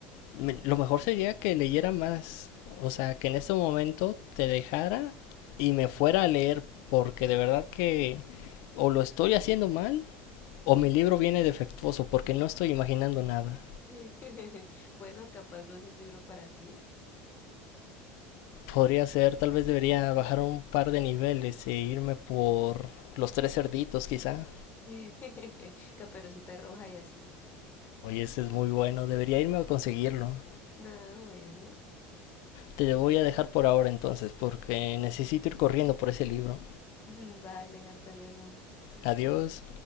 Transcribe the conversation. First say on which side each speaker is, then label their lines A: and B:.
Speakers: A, on the left; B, on the left.
A: me- lo mejor sería que leyera más. O sea, que en este momento te dejara y me fuera a leer, porque de verdad que o lo estoy haciendo mal o mi libro viene defectuoso, porque no estoy imaginando nada.
B: <laughs> Bueno, capaz no es el libro para ti.
A: Podría ser, tal vez debería bajar un par de niveles e irme por los tres cerditos, quizá.
B: <laughs> Caperucita Roja y así.
A: Oye, ese es muy bueno, debería irme a conseguirlo.
B: Nada, bueno.
A: Te voy a dejar por ahora entonces, porque necesito ir corriendo por ese libro.
B: <laughs> Vale, hasta luego.
A: Adiós.